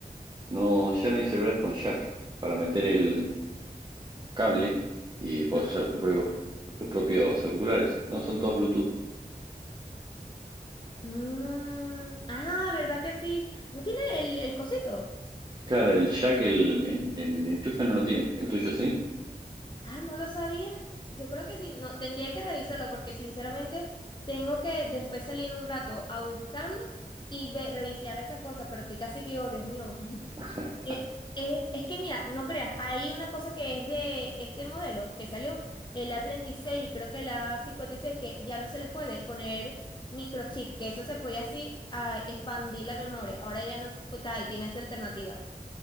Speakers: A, on the right; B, on the left.
A: no, ya no hay celulares con jack para meter el cable y
B: Ujú.
A: puedes usar tus propios, tus propios auriculares, no son todos Bluetooth.
B: Mm, ah, ¿verdad que sí? ¿No tiene el, el cosito?
A: Claro, el jack, el, el, el enchufe no lo tiene, el tuyo sí.
B: Ah, no lo sabía. Yo creo que sí. No, tendría que revisarlo porque sinceramente tengo que después salir un rato a buscarlo y ve- revisar esas cosas, pero estoy casi que digo, Dios mío. <laughs>
A: <laughs>
B: Eh, eh, es que mira, no creas, hay una cosa que es de este modelo que salió, el a treinta y seis y creo que el a cincuenta y seis que ya no se le puede poner microchip, que eso se podía así ah, expandir la memoria. Ahora ya no, se- pues, ahí tienes alternativa.